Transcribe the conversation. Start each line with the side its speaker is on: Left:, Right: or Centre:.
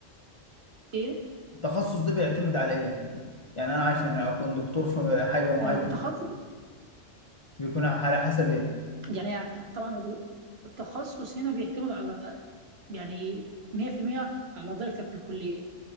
Right: ايه
Left: التخصص ده بيعتمد على ايه يعني انا عشان اكون دكتور في حاجه معينه
Right: آه التخصص
Left: بيكون على حسب ايه
Right: يعني طبعا هو بي- التخصص هنا بيعتمد على يعني 100% على درجتك في الكليه